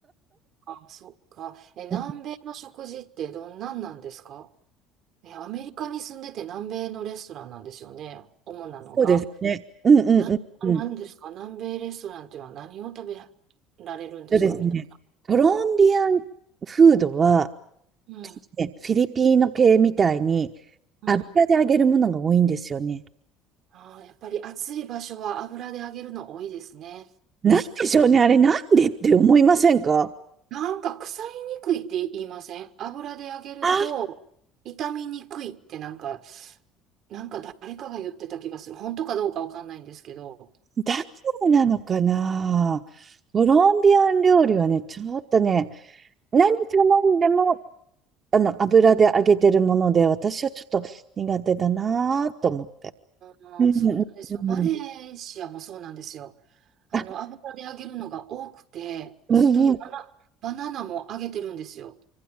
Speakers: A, on the right; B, on the right.
A: あ、そっか。え、南米の食事ってどんなんなんですか
B: うん
A: え、アメリカに住んでて南米のレストランなんですよね。主なのが。
B: そうですね。うんうんうんうん。
A: な、なんですか南米レストランっていうのは何を食べられるんですかみんな。
B: そうですね。コロンビアンフードは、
A: うん。
B: ちょっとね、フィリピーノ系みたいに
A: うん。
B: 油で揚げるものが多いんですよね。
A: ああ、やっぱり暑い場所は油で揚げるの多いですね。
B: なんでしょうね、あれなんでって思いませんか
A: なんか腐りにくいって言いません油で揚げると傷みにくいってなんか、
B: あ、
A: なんか誰かが言ってた気がする。本当かどうかわかんないんですけど。
B: だからなのかな。コロンビアン料理はね、ちょっとね、何頼んでも、あの、油で揚げてるもので、私はちょっと苦手だなと思って。
A: ああ、
B: うんうん
A: そうなんですよ。マレーシアもそうなんですよ。
B: うん。
A: あの、
B: あ、
A: 油で揚げるのが多くて、
B: うんうん。
A: 本当にバナ、バナナも揚げてるんですよ。